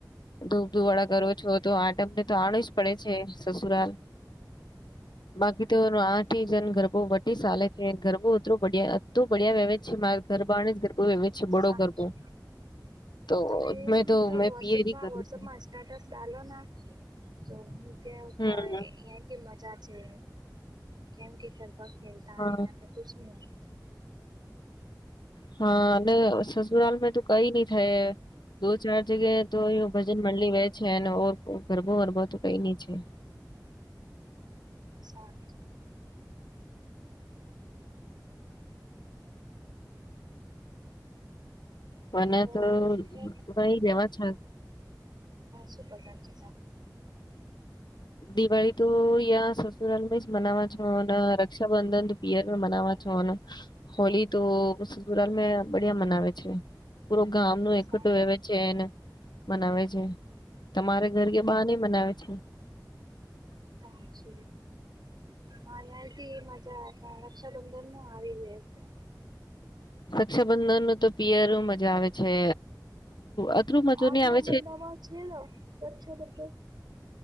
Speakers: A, on the left; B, on the right.
A: ધૂપધુવાળા કરો છો, તો આટમને તોાણ જ પડે છે, સસુરાલ બાકી તો આઠ જન ગરબો વી ચાલે છે, ગરબો એું બિયા અું બડિયા વહે છે, મા ગરબાને જ ગરબો એમ છે, બડો
B: સાચું
A: ગરબો તો
B: તમે
A: મેં
B: એમ તો
A: મેં
B: વટસપમાં
A: પીએરી કરું
B: વોટસઅપમાં
A: છું
B: સ્ટેટસ ડાલો. તો હ
A: હમ
B: એથી મજા છે, કેમ કે કર ખેલતા
A: હા
B: હ યા તો કશ નહી હોય
A: હા, અને સસુરાલ મે તું કઈ નઈ થઈ. દો ચાર જગ્યાએ, તો એ ભજન મંલી વે છે, અને ઓ ગરબો વરબો તો કઈ નઈ છે.
B: હા.
A: મને
B: ઓર
A: તો
B: પસંદ
A: વહી રેવા છે
B: છે પસંદ છે
A: દિવાળી તો યા સસુરાલમાં જ મનાવા છો અને રક્ષાબંધન પિયર મનાવા છો હોલી તો સુરાલ બિયા મનાવે છે પ ગામનું એક
B: સાંજ
A: ટોએ વ એન મનાવે છે તમારે ઘર કે બહાર નની મનાવે છે
B: હ જ હા ત્યાથી મજા રક્ષાબંધન નું આવી જ છે.
A: રક્ષાબંધન નું તો પિયરું મજા આવે છે અતરું મજો
B: આગલા
A: નહી આવે
B: મહિનામાં છે રક્ષાબંધન.